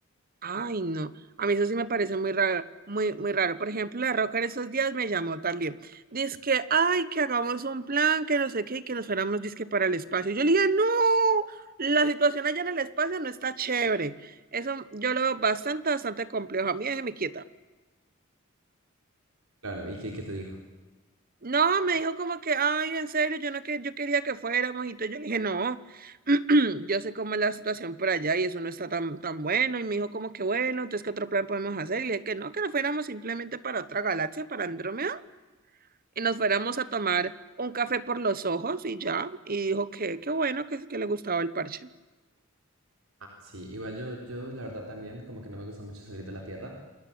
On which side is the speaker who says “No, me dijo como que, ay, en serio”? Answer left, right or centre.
Right